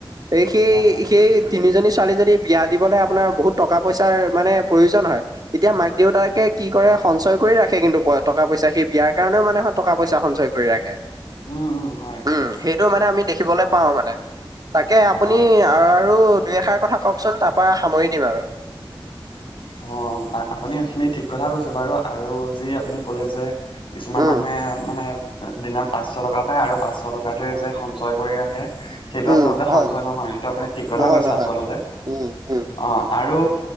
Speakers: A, on the right (about 45°); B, on the left (about 70°).
A: সেই
B: হয় হয়
A: সেই তিনিজনী ছোৱালী ছোৱালী যদি বিয়া দিবলৈ আপোনাৰ বহুত টকা পইচাৰ মানে প্ৰয়োজন হয় তেতিয়া মাক দেউতাকে কি কৰে সঞ্চয় কৰি ৰাখে কিন্তু টকা পইচা সি বিয়াৰ কাৰণেও মানে টকা পইচা সঞ্চয় কৰি ৰাখে।
B: উম উম হয় হয়।
A: উম সেইটো মানে আমি দেখিবলৈ পাও মানে, তাকে আপুনি
B: হয়
A: আৰু দুই এষাৰ কথা কওকচোন তাৰপ সামৰি দিম আৰু।
B: অ আপুনি সেইখিনি ঠিক কথা কৈছে বাৰু আৰু যি আপুনি কলে যে কিছুমান
A: উম
B: মানুহে মানে দিনত পাঁচশ টকা পায় আৰু পাঁচশ টকাটোয়ে যে সঞ্চয় কৰি ৰাখে। সেইটো
A: উম
B: আচতে
A: হয়
B: সঞ্চয় নহয় এইটো আপুনি ঠিক কথা
A: নহয়
B: কৈছে
A: নহয়
B: আচতে
A: উম উম
B: অ আৰু